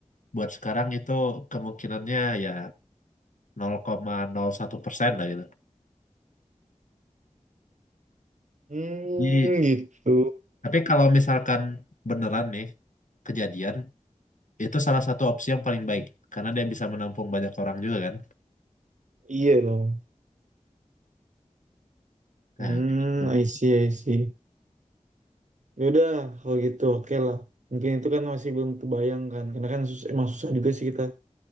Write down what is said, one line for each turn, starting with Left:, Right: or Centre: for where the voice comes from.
Left: buat sekarang itu kemungkinannya ya nol nol koma nol satu persen lah gitu.
Right: Hmm,
Left: Jadi,
Right: gitu.
Left: tapi kalau misalkan beneran nih kejadian, itu salah satu opsi yang paling baik karena dia bisa menampung banyak orang juga kan.
Right: Iya dong.
Left: Nah,
Right: Hmm,
Left: itu.
Right: I see, I see. Ya udah, kalau gitu oke lah. Mungkin itu kan masih belum kebayang kan, karena kan susah, emang susah juga sih kita